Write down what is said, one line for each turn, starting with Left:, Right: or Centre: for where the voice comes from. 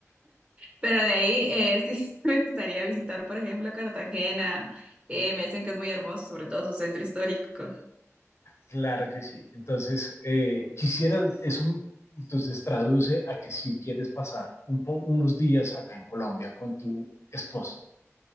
Right: pero de ahí eh, sí <laughs> me gustaría visitar, por ejemplo, Cartagena. Eh, me dicen que es muy hermoso, sobre todo su centro histórico.
Left: Claro que sí. Entonces, eh, quisiera, eso entonces traduce a que sí quieres pasar un po, unos días acá en Colombia con tu esposo.